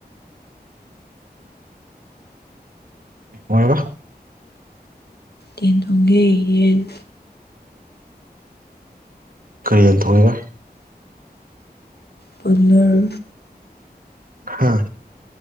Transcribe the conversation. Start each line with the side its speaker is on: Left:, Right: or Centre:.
Right: <unintelligible>
Left: ꯌꯦꯟ ꯊꯣꯡꯒꯦ ꯌꯦꯟ
Right: ꯀꯔꯤ ꯌꯦꯟ ꯊꯣꯡꯉꯦꯕ
Left: ꯕꯣꯏꯂꯔ
Right: ꯍꯥ